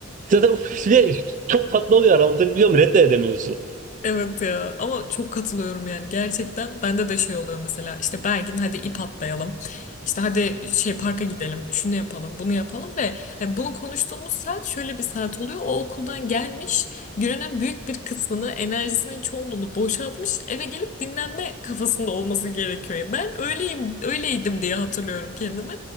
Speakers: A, on the right (about 35°); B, on the left (about 35°).
A: zaten <laughs> bir de çok tatlı oluyor anlatabiliyor muyum reddedemiyorsun.
B: Evet ya ama çok katılıyorum yani gerçekten bende de şey oluyor mesela işte Bergin hadi ip atlayalım işte hadi şey parka gidelim şunu yapalım bunu yapalım ve hani bunu konuştuğumuz saat şöyle bir saat oluyor o okuldan gelmiş gününün büyük bir kısmını enerjisinin çoğunluğunu boşaltmış eve gelip dinlenme kafasında olması gerekiyor ya ben öyleyim öyleydim diye hatırlıyorum kendimi